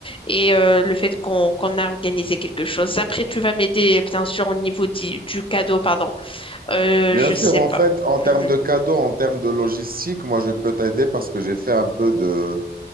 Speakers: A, on the left; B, on the right.
A: et euh, le fait qu'on qu'on a organisé quelque chose. Après, tu vas m'aider, bien sûr, au niveau di- du cadeau, pardon. Euh,
B: Bien
A: je
B: sûr,
A: sais
B: en
A: pas.
B: fait, en termes
A: Mhm.
B: de cadeaux, en termes de logistique, moi, je peux t'aider parce que j'ai fait un peu de